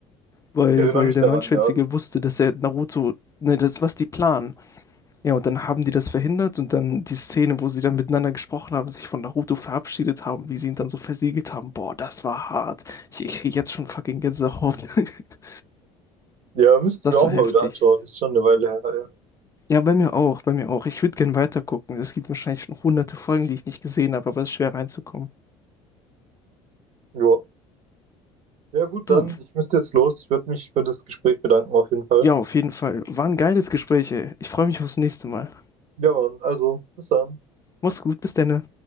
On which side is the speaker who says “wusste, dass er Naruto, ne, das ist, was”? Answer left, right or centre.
Left